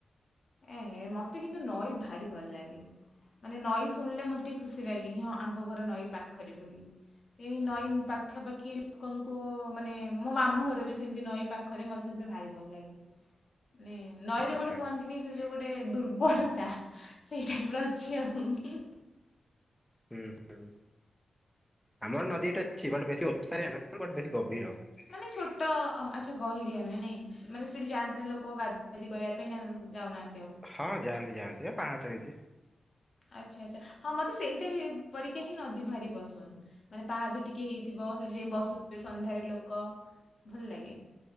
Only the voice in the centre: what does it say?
ଆଚ୍ଛା
ହୁଁ ହୁଁ। ଆମର ନଦୀଟା ଅଛି ବଟ ବେଶୀ ଓସାରିଆ ନୁହଁ, ବଟ ବେଶୀ ଗଭୀର।
ହଁ ଯାଆନ୍ତି ଯାଆନ୍ତି ବା, ପାହାଚ ହେଇଚି।